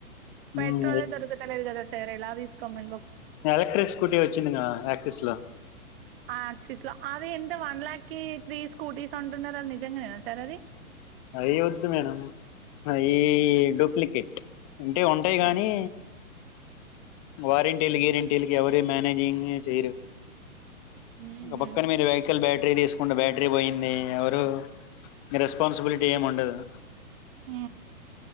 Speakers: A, on the right; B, on the left.
A: పెట్రోలే
B: ఉమ్
A: దొరకతలేదు కదా సర ఎలా తీసుకో మ
B: ఎలక్ట్రక్ స్కూటీ వచ్చిందింగ ఆక్సిస్ లో
A: ఆ యాక్సిస్ లో అది ఎంత వన్ ల్యాక్ కి త్రీ స్కూటీస్ ఉంటున్నారుార నిజంగానేేనా సార్ అది
B: అయి వద్దు మేడం అయ డూప్లికేట్ ఉంటే ఉంటాయి
A: హుహు.
B: గాని వారింటిలుగి రంటికిరు మనేేజింగ్ చేయరు
A: హ్మ్.
B: బక్కన మ వెహికల్ బెఠ బ్యాటరీ తీసుకుంటే బ్యాటరీ పోయింది నిరస్ రెస్పాన్సిబిలిటీ ఏమి ఉండదు
A: ఆ